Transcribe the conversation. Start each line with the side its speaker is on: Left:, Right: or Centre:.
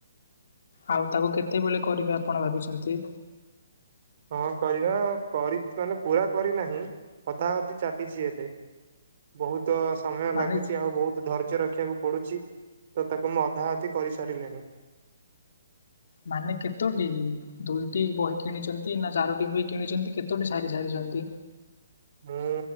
Left: ଆଉ ତାକୁ କେତେବେଳେ କରିବେ ଆପଣ ଭାବିଚନ୍ତି?
Right: ହଁ କରିବା କରି ମାନେ ପୁରା କରିନାହିଁ ଅଧା ଅଧି ଚାଲିଚି ଏବେ। ବହୁତ ସମୟ
Left: ମାନେ
Right: ଲାଗୁଚି ଆଉ ବହୁତ ଧୈର୍ଯ୍ୟର ରଖିବାକୁ ପଡୁଛି ତ ତାକୁ ମୁଁ ଅଧା ଅଧି କରିସାରିଲିଣି।
Left: ମାନେ କେତୋଟି ଦୁଇଟି ବହି କିଣିଚନ୍ତି ନା ଚାରୋଟି ବହି କିଣିଛନ୍ତି କେତୋଟି ସାରି ସାରିଚନ୍ତି?
Right: ମୁଁ